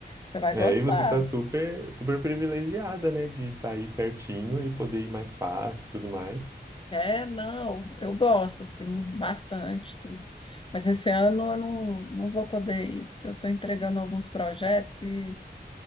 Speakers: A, on the left; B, on the right.
A: Você vai
B: É,
A: gostar.
B: e você tá super, super privilegiada, né, de estar aí pertinho e poder ir mais fácil e tudo mais.
A: É, não, eu gosto, assim, bastante, tudo. Mas esse ano eu não, não vou poder ir, porque eu estou entregando alguns projetos e